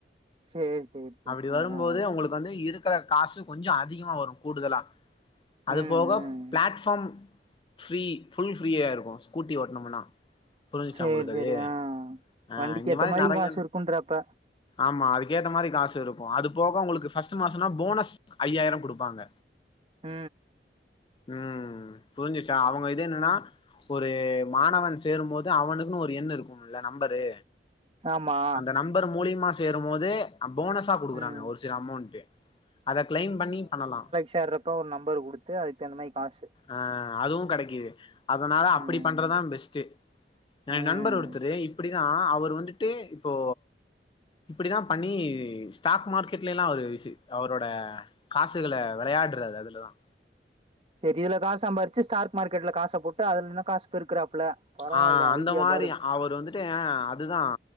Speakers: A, on the right; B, on the left.
A: சேரி சேரி
B: அப்டி
A: ஆ
B: வரும்போது
A: ஆ ஆ
B: உங்களுக்கு வந்து இருக்கிற காசு கொஞ்சோ அதிகமா வரு கூடுதலா அது
A: ம்
B: போக
A: ம்
B: பிளாட்ஃபார்ம் ஃப்ரீ புஃபுல் ஃப்ரீயா இருக்கு ஸ்கூட்டி ஓட்டனோம்னா புரிஞ்சிச்சா
A: சேரி
B: உங்களுக்கு
A: சேரி
B: அது
A: ஆ
B: ஆ
A: வண்டிக்கு
B: இந்த
A: ஏத்த
B: மாதிரி
A: மாரி
B: நெறைய
A: காசு இருக்குன்ற அப்ப
B: ஆமா அதுக்கேத்த மாரி காசு இருக்கு அது போக உங்களுக்கு ஃபர்ஸ்ட் மாசோனா போனஸ் ஐயாயிரம் குடுப்பாங்க
A: அ
B: ம் புரிஞ்சுச்சா அவுங்க இது என்னன்னா ஒரு மாணவன் சேரும்போது அவனுக்குன்னு ஒரு எண் இருக்கும்ல நம்பரு
A: ஆமா
B: அந்த நம்பர் மூலியமா சேரும்போது போனஸா குடுக்குறாங்க
A: ம்
B: ஒரு சில அமௌண்ட் அத கிளைம் பண்ணி பண்ணலா
A: சேறப்ப ஒரு நம்பர் குடுத்து அதுக்கு அந்த மாரி காசு
B: அ அதுவும் கெடைக்குது அதனால அப்பிடி
A: ம்
B: பண்றது தான் பெஸ்ட் என்
A: ம்
B: நண்பர் ஒருத்தரு இப்பிடிதான் அவர் வந்துட்டு இப்போ இப்பிடி தான் பண்ணி ஸ்டாக் மார்க்கெட்லலாம் அவர் விச அவரோட காசுகளை வெளையாடுறாறு அதுலதான்
A: தெரில தா சம்பாரிச்சு ஸ்டாக் மார்க்கெட்ல காச போட்டு அதுல இன்னும் காசு பெருக்குறாப்புல பரவால்ல
B: ஆ அந்த
A: ஐடியா
B: மாரி
A: பாரு
B: அவரு வந்துட்டு ஏன் அதுதான்